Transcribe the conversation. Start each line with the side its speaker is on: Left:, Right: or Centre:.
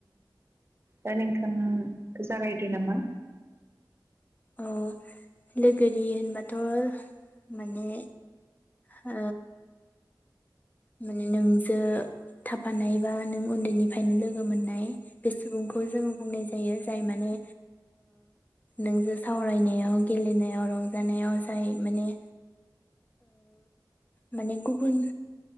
Right: दा नोंथाङाखौ जागायदो नामा?
Left: औ लोगोरि होनबाथ' माने ओ माने नोंजों थाफानाय बा नों उन्दैनिफ्रायनो लोगो मोननाय बे सुबुंखौ जोङो बुंनाय जायो जाय माने नोंजों सावरायनायाव गेलेनायाव रंजानायाव जाय माने माने गुबुन